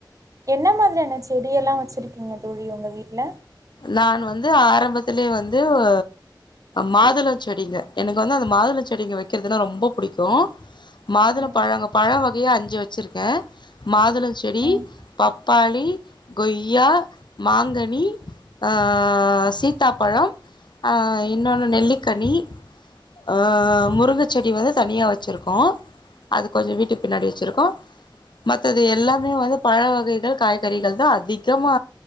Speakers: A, on the right (about 45°); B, on the left (about 70°).
A: என்ன மாதிரியான செடியெல்லா வச்சிருக்கீங்க தோழி உங்க வீட்ல
B: நான் வந்து ஆரம்பத்திலே வந்து ஒ மாதுளோ செடிங்க எனக்கு வந்து அந்த மாதுள செடிங்க வைக்கிறதுனா ரொம்ப புடிக்கு மாதுளம்
A: ம்
B: பழங்க பழ வகையா அஞ்சு வச்சிருக்க மாதுளொ செடி
A: ம்
B: பப்பாளி கொய்யா மாங்கனி ஆ சீத்தாப்பழம் ஆ
A: ம்
B: இன்னொன்னு நெல்லிக்கனி ஆ
A: ம்
B: முருங்க செடி வந்து தனியா வச்சிருக்கோ அது கொஞ்சோ வீட்டுக் பின்னாடி வச்சிருக்கோ மத்தது எல்லாமே வந்து பழ வகைகள் காய்கறிகள்தா அதிகமா